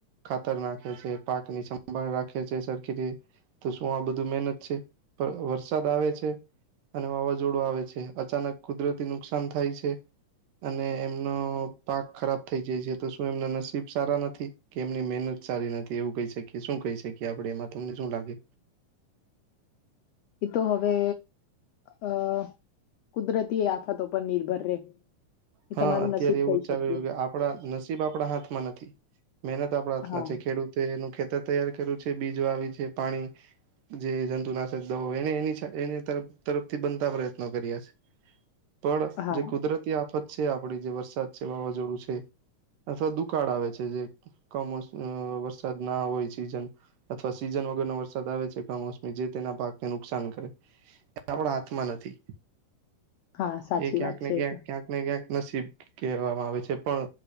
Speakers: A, on the right; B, on the left.
A: ખાતર નાખે છે, પાક ની સંભાળ રાખે છે, સરખી રી તો શું આ બધું મહેનત છે વ વર વરસાદ આવે છે અને વાવાઝોડું આવે છે, અચાનક કુદરતી નુકસાન થાય છે. અને એમનો પાક ખરાબ થઈ જાય છે, તો શું એમના નસીબ સારા નથી. કે એમની મહેનત સારી નથી એવું કહી શકીએ શું કહી શકીએ આપણે એમાં તમને શું લાગે.
B: એ તો હવે અ કુદરતી આફતો પર નિર્ભર રે. એ
A: હા
B: તમારું
A: અત્યારે
B: નસીબ
A: એવું
B: કહી
A: જ
B: શકીએ
A: ચાલી રહ્યું કે આપડા નસીબ આપણા હાથમાં નથી. મહેનત આપણા હાથના
B: હા
A: છે, ખેડૂતે એનું ખેતર તૈયાર કર્યું છે, બીજ વાવી છે પાણી જે જંતુનાશક દવા એને એ એ તરફથી બનતા પ્રયત્નો કર્યા છે. પણ
B: હા
A: જે કુદરતી આફત છે, આપડી જે વરસાદ છે, વાવાઝોડું છે. અથવા દુકાળ આવે છે, જે કમોસમ વરસાદ ના હોય સિઝન અથવા સીઝન વગરનો વરસાદ આવે છે, કમોસમી જે તેના પાકને નુકસાન કરે. એ આપણા હાથમાં નથી
B: હા સાચી
A: એ ક્યાંક
B: વાત છે.
A: ને ક્યાંક
B: એ તો.
A: - ક્યાંક ને ક્યાંક નસીબ કહેવામાં આવે છે, પણ